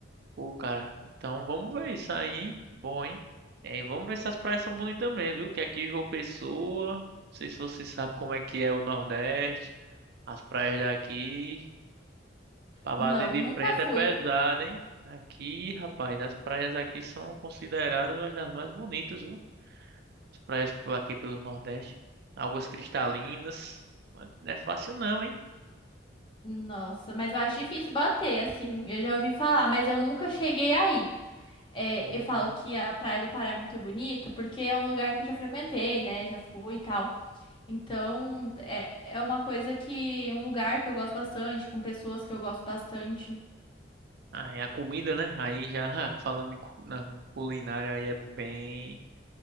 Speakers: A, on the right (about 55°); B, on the left (about 25°).
A: pô, cara. Então, vamos ver isso aí, hein? Bom, hein? É, e vamos ver se as praias são bonitas também, viu? Que aqui em João Pessoa, não sei se você sabe como é que é o Nordeste. As praias daqui, pra
B: Não,
A: bater de
B: nunca
A: frente
B: fui.
A: é pesado, hein? Aqui, rapaz, as praias aqui são consideradas uma das mais bonitas, viu? As praias por aqui pelo Nordeste. Águas cristalinas. Mas Não é fácil não, hein?
B: Nossa, mas eu acho difícil bater, assim. Eu já ouvi falar, mas eu nunca cheguei aí. É,
A: Pô.
B: eu falo que a Praia do Pará é muito bonita porque é um lugar que eu já frequentei, né? Já fui e tal. Então, é, é uma coisa que, um lugar que eu gosto bastante, com pessoas que eu gosto bastante.
A: Ah, é a comida, né? Aí já <laughs> ah, falando em cu- na culinária aí é bem,